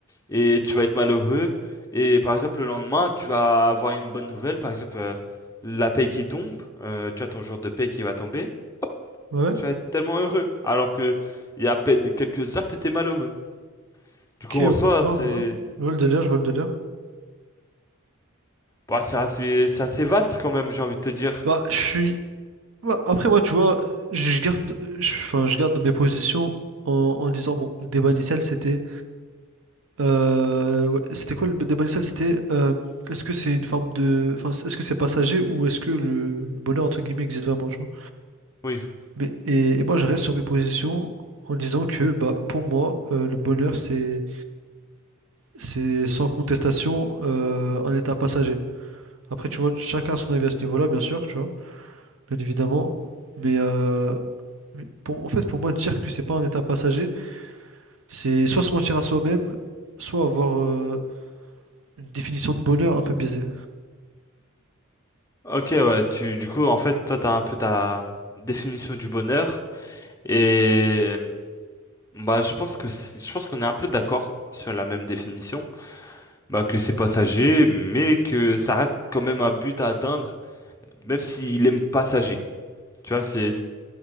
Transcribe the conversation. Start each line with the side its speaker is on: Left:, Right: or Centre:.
Left: et tu vas être malheureux. Et par exemple, le lendemain, tu vas avoir une bonne nouvelle, par exemple, euh, la paye qui tombe, euh, tu as ton jour de paye qui va tomber. Hop,
Right: Ouais.
Left: tu vas être tellement heureux. Alors que il y a à peine quelques heures, t'étais malheureux. Du
Right: Ok,
Left: coup,
Right: ouais,
Left: en soi,
Right: je vois,
Left: c'est
Right: je vois. Je vois le délire, je vois le délire.
Left: Bah, c'est assez, c'est assez vaste quand même, j'ai envie de te dire.
Right: Bah, je suis... bah, après, moi, tu vois, je garde, je- enfin, je garde mes positions en, en disant, bon, le débat initial, c'était... euh, ouais, c'était quoi le débat initial? C'était, euh, est-ce que c'est une forme de... Enfin, est-ce que c'est passager ou est-ce que le le bonheur, entre guillemets, existe vraiment, tu vois?
Left: Oui.
Right: Mais, et, et moi, je reste sur mes positions en disant que, bah, pour moi, euh, le bonheur, c'est... C'est sans contestation euh, un état passager. Après, tu vois, chacun a son avis à ce niveau-là, bien sûr, tu vois, bien évidemment. Mais, euh, mais pour, en fait, pour moi, dire que c'est pas un état passager, c'est soit se mentir à soi-même, soit avoir euh, une définition de bonheur un peu biaisée.
Left: Ok, ouais, tu, du coup, en fait, toi, t'as un peu ta définition du bonheur. Et, bah, je pense que, c'est- je pense qu'on est un peu d'accord sur la même définition. Bah, que c'est passager, mais que ça reste quand même un but à atteindre, même s'il est passager. Tu vois, c'est,